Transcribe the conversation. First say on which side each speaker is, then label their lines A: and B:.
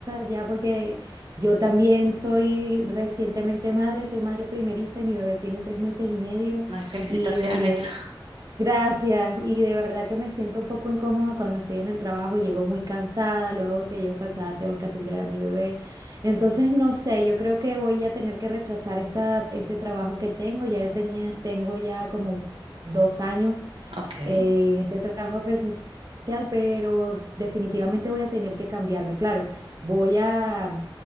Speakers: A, on the right; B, on the right.
A: ya porque yo también soy recientemente madre, soy madre primeriza y mi bebé tiene tres meses y medio.
B: No hay felicitaciones.
A: Y oye,
B: <laughs>
A: gracias. Y de verdad que me siento un poco incómoda cuando estoy en el trabajo, llego muy cansada, luego que llego cansada tengo que atender a mi bebé. Entonces, no sé, yo creo que voy a tener que rechazar esta, este trabajo que tengo. Ya yo tenía, tengo ya como dos años
B: Ok.
A: eh, en este trabajo presencial, pero definitivamente voy a tener que cambiarme. Claro, voy a,